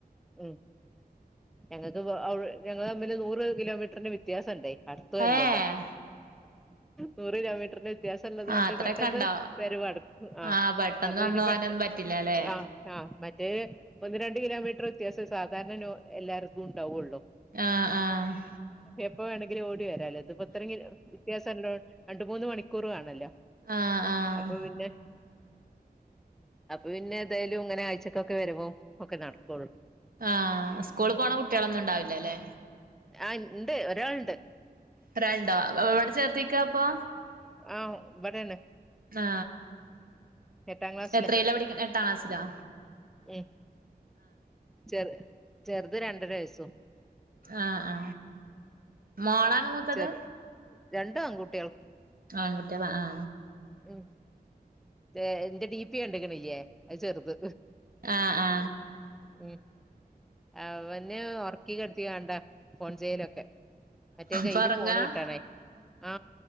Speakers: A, in the centre; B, on the right.
A: ഉം ഞങ്ങക്ക് പ്പൊ അഉടെ ഞങ്ങള് തമ്മില് നൂറ് കിലോമീറ്ററിന് വ്യത്യാസം ണ്ടേ അടുത്തു അല്ലല്ലോ
B: ഏഹ്
A: നൂറ് കിലോമീറ്ററിന് വ്യത്യാസം ഉള്ളതോണ്ട്
B: ആഹ് അത്രൊക്കെണ്ടോ
A: പെട്ടെന്ന് വരവടകു ആ
B: ആഹ് പെട്ടെന്ന്
A: അപ്പൊ പിന്നെ
B: വന്ന് പോവാനൊന്നും
A: പെട്ടെന്ന്
B: പറ്റില്ലല്ലേ
A: ആ ആ മറ്റ റ്റേ ഒന്ന് രണ്ണ്ട് കിലോമീറ്റർ വ്യത്യാസം സാധാരണ നോ എല്ലാർക്കും ഉണ്ടാവുള്ളോ
B: ആ ആ
A: എപ്പോ വേണമെങ്കിലും ഓടി വരാലോ ഇതിപ്പ ഇത്ര കിലോ വ്യത്യാസംള്ളൊണ്ട് രണ്ട് മൂന്ന് മണിക്കൂർ വാണല്ലോ
B: ആഹ് ആഹ്
A: അപ്പൊ പിന്നെ അപ്പൊ പിന്നെ എതായാലും ഇങ്ങനെ ആഴ്ചക്കൊക്കെ വരുവും ഒക്കെ നടകൊള്ളു
B: ആഹ് സ്കൂള് പോണ കുട്ടികളൊന്നും ഉണ്ടാവില്ല അല്ലേ
A: ആ ഇണ്ട് ഒരാൾണ്ട്
B: ഒരാൾണ്ടോ പ്പവടെ ചേർത്തിക്കപ്പൊ
A: ആ ബ്ടെണ്
B: ആ
A: എട്ടാം ക്ലാസ്സില
B: എത്രീലാ പഠിക്കണ് എട്ടാം ക്ലാസിലോ
A: എ ചെറു ചെറുത് രണ്ടര വയസും
B: ആ ആ മോളാണ് മൂത്തത്
A: ചെറു രണ്ടും ആൺകുട്ടികൾ
B: ആൺകുട്ട്യാള ആ
A: ഉം ഏ ഇന്റെ ഡിപി കണ്ട്ക്ക്ണില്ലേ അത് ചെറുത്
B: ആ ആ
A: ഉം അവന് ഒറക്കി കെടത്തികാണ്ട ഫോൺചെയ്യലൊക്കെ മറ്റേ കയ്യില്
B: പൊറങ്ങാ
A: ഫോണ് കിട്ടാണേ ആ